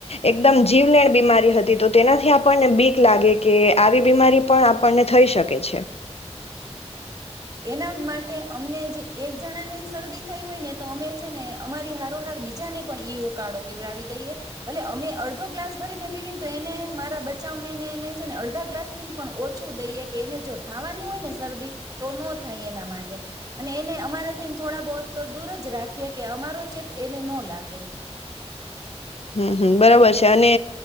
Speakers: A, on the left; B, on the right.
A: એકદમ જીવલેણ બીમારી હતી તો તેનાથી આપણને બીક લાગે કે આવી બીમારી પણ આપણને થઈ શકે છે.
B: એના માટે અમને જે એક જણા ને શરદી થઈ હોય ને તો અમે છે, ને અમારી હારોહાર બીજાને પણ ઈ ઉકાળો પીવડાવી દઈએ ભલે અમે અડધો ગ્લાસ ભરીને પીવીને તો એને મારા બચાવનેને છે ને અડધા ગ્લાસ થી પણ ઓછું દઈએ, કે એને જો થાવાની હોય ને શરદી. તો ન થાય એના માટે અને એને અમારાથી થોડા બહુ તો દૂર જ રાખીએ કે અમારો ચેપ એને ન લાગે.
A: હમ્મ હમ્મ બરોબર છે અને